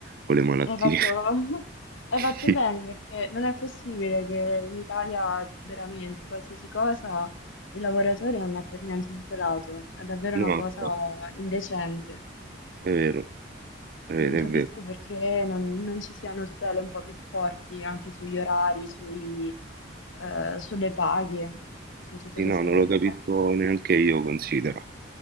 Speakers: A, on the right; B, on the left.
A: con le malattie.
B: hai fatto, <laughs> hai
A: <laughs>
B: fatto bene perché non è possibile che in Italia veramente qualsiasi cosa il lavoratore non è per niente tutelato. È davvero
A: No,
B: una cosa
A: infatti,
B: indecente.
A: è vero, è vero,
B: Non capisco
A: è vero.
B: perché non, non ci siano tutele un po' più forti anche sugli orari, sui, eh, sulle paghe, su tutte
A: Sì,
B: queste
A: no, non
B: cose
A: lo capisco
B: qua.
A: neanche io, considero.